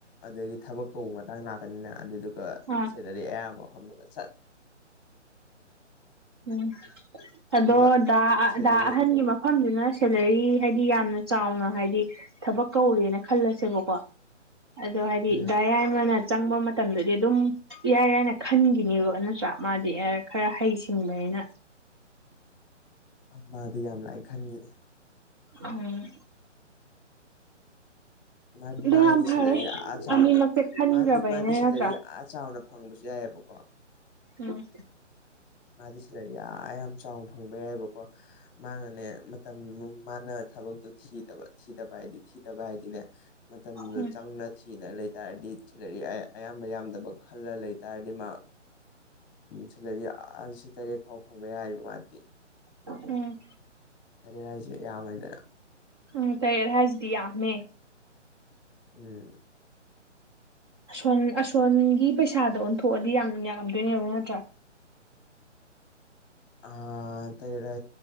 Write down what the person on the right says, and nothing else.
ꯑꯥ
ꯎꯝ ꯑꯗꯣ
ꯑꯍꯟꯉ ꯃꯐꯝꯗꯨꯅ ꯁꯦꯂꯔꯤ ꯍꯥꯏꯗꯤ ꯌꯥꯝꯅ ꯆꯥꯎꯅ ꯍꯥꯏꯗꯤ ꯊꯕꯛ ꯀꯧꯔꯦꯅ ꯈꯜꯂꯁꯦꯕꯀꯣ ꯑꯗꯣ ꯍꯥꯏꯗꯤ
ꯗꯥꯔꯏꯃꯅ ꯆꯪꯕ ꯃꯇꯝꯗꯗꯤ ꯑꯗꯨꯝ ꯏꯔꯥꯏ ꯏꯔꯥꯏꯅ ꯈꯟꯈꯤꯅꯦꯕ ꯅꯠꯇ꯭ꯔꯥ ꯃꯥꯗꯤ ꯈꯔ ꯍꯩꯁꯤꯡꯕꯅꯤꯅ
ꯎꯝ
ꯑꯗꯨ
ꯌꯥꯝ ꯐꯔꯦ
ꯑꯅꯤꯃꯛꯁꯦ ꯈꯟꯈ꯭ꯔꯕꯅꯤꯅ
ꯅꯠꯇ꯭ꯔꯥ
ꯎꯝ
ꯎꯝ
ꯎꯝ
ꯎꯝ ꯀꯩ ꯍꯥꯏꯁꯤꯗꯤ ꯌꯥꯅꯦ
ꯑꯁꯣꯟ ꯑꯁꯣꯟꯒꯤ ꯄꯩꯁꯥꯗꯣ ꯑꯣꯟꯊꯣꯛꯑꯗꯤ ꯌꯥꯝ ꯌꯥꯝꯗꯣꯏꯅꯦꯕ ꯅꯠꯇ꯭ꯔꯥ